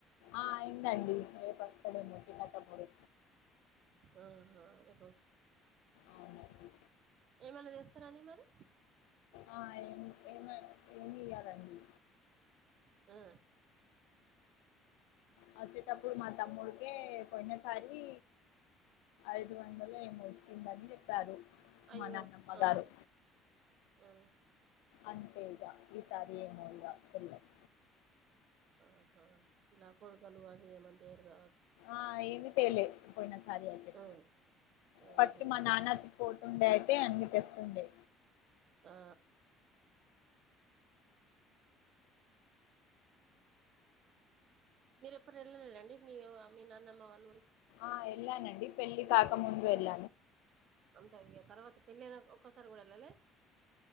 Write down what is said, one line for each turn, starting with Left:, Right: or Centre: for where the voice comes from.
Left: ఆ అయిందండి రేపు వస్తాడేమో తినేటప్పుడు
Right: ఆహా
Left: అవునండి
Right: ఏమన చేస్తారా అండి మరి
Left: ఆ <unintelligible> ఏమి చేయాలండి.
Right: ఆ
Left: వచ్చేటప్పుడు మా తమ్ముడికే పోయినసారి ఐదు వందలు ఏమో ఇచ్చిందని చెప్పారు
Right: అయ్యో
Left: మా నాన్నమ్మ గారు
Right: ఆ ఆ
Left: అంతే ఇగ ఈసారి ఏమో ఇగ తెల్వదు
Right: ఆహా కుడుకలు అవి ఏం అన్న తేరు కదా
Left: ఆ ఏమి తేలే పోయిన <unintelligible>
Right: ఆ ఆహా
Left: ఫస్ట్ మా నాన్న పోతుండే అన్ని తెస్తుండే
Right: ఆ మీరు ఎప్పుడు వెళ్లలేద అండి మీ మీ నాన్నమ్మ వాళ్ళు
Left: ఆ ఎల్లానండి పెళ్ళి కాక ముందు ఎళ్
Right: అంతే ఇగ తర్వాత పెల్లియిన ఒక్కసారి కూడా వెళ్ళాలే